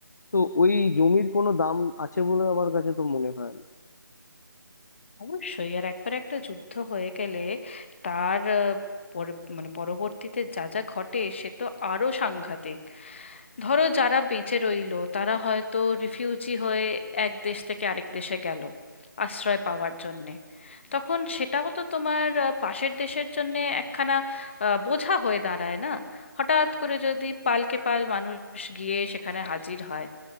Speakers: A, on the left (about 50°); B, on the left (about 35°).
A: তো ওই জমির কোনো দাম আছে বলে আমার কাছে তো মনে হয় না
B: অবশ্যই আর একবার একটা যুদ্ধ হয়ে গেলে তার আহ, পর- মানে পরবর্তীতে যা যা ঘটে সে তো আরো সাংঘাতিক ধরো যারা বেঁচে রইলো তারা হয়তো রিফিউজি হয়ে এক দেশ থেকে আরেক দেশে গেল আশ্রয় পাওয়ার জন্যে তখন সেটাও তো তোমার আহ, পাশের দেশের জন্যে একখানা আহ, বোঝা হয়ে দাঁড়ায় না হঠাৎ করে যদি পালকে পাল মানুষ গিয়ে সেখানে হাজির হয়